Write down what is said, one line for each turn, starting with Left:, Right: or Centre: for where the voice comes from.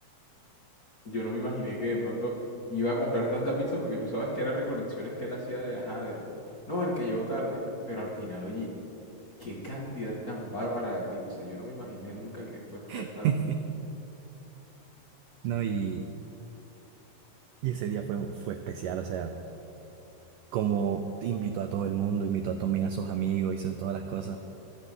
Left: yo no me imaginé que de pronto iba a comprar tanta pizza porque tú sabes que eran recolecciones que él hacía de, ajá, de lo... No, el que llegó tarde. Pero al final, oye, qué cantidad tan bárbara de pizza. Yo no me imaginé nunca que fuese a hacer
Right: <laughs>
Left: tanto.
Right: No, y, y ese día fue, fue especial, o sea, como invitó a todo el mundo, invitó a también a sus amigos, hizo todas las cosas.